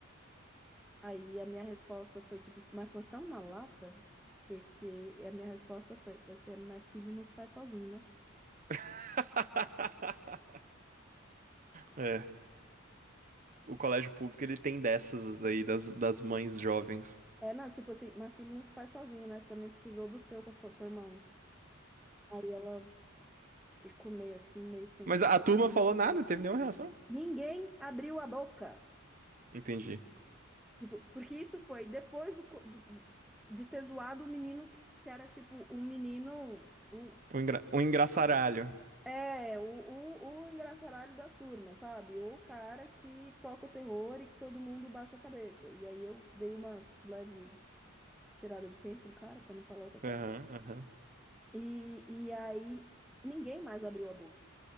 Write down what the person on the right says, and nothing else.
<laughs> É, o colégio público ele tem dessas aí das, das mães jovens.
Mas
a, a turma falou nada, não teve nenhuma reação.
Entendi.
Um, engra, um engraçaralho.
Aham, aham.